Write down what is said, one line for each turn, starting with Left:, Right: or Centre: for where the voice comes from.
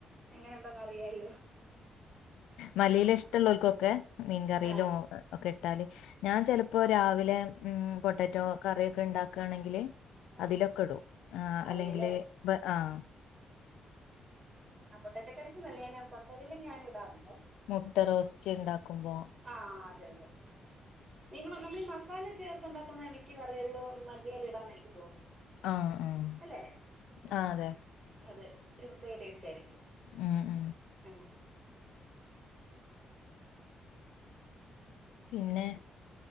Right: എങ്ങനെണ്ടോന്ന് അറിയാല്ലോ
Left: മലിയില
Right: ആഹ്
Left: ഇഷ്ടമുള്ളവർക്കൊക്കെ മീൻ കറിയിലോ
Right: ആഹ്
Left: ഒക്കെ ഇട്ടാൽ ഞാൻ ചിലപ്പോ ഇപ്പൊ രാവിലെ ഉം പൊട്ടറ്റോ കറിയൊക്കെ ഉണ്ടാക്കുകയാണെങ്കിൽ
Right: ആഹ്
Left: അതിലൊക്കെ ഇടും ആഹ്
Right: അതെല്ലേ
Left: അല്ലെങ്കിൽ ഇപ്പോ ആഹ്
Right: ആഹ് പൊട്ടറ്റ കറിക്കുന്നല്ല ഞാൻ പൊട്ടറ്റയിലല്ലേ ഞൻ ഇടാറുണ്ട്
Left: മുട്ട റോസ്റ്റ് ഉണ്ടാക്കുമ്പോൾ
Right: ആഹ് അതെ അതെ നിങ്ങൾ നമ്മൾ ഈ മസാല ചേർത്തണ്ടാക്കുന്ന മിക്ക കറികളിലും മല്ലിയില ഇടാന്ന് എനിക്ക് തോന്നുന്നു.
Left: ആഹ് ആഹ്
Right: അല്ലെ
Left: ആഹ് അതെ
Right: അതെ പ്രത്യേക ടേസ്റ്റ് ആയിരിക്കും
Left: ഉം, ഉം.
Right: ഉം
Left: പിന്നെ